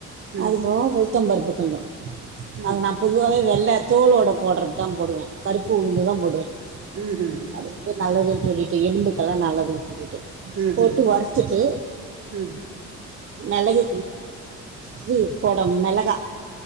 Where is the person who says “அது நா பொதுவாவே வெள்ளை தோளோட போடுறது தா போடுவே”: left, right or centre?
Right